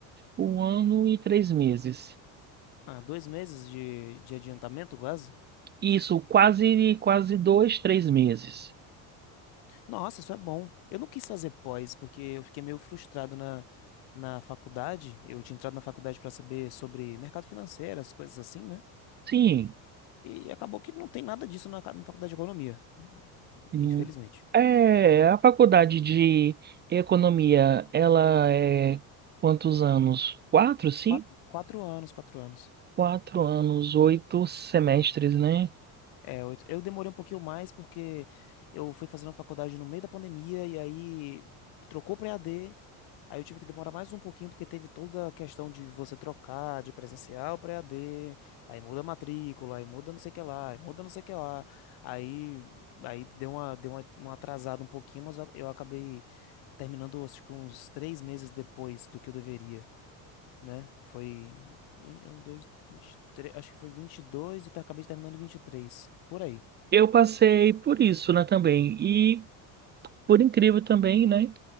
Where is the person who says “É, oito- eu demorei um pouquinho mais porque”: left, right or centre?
Left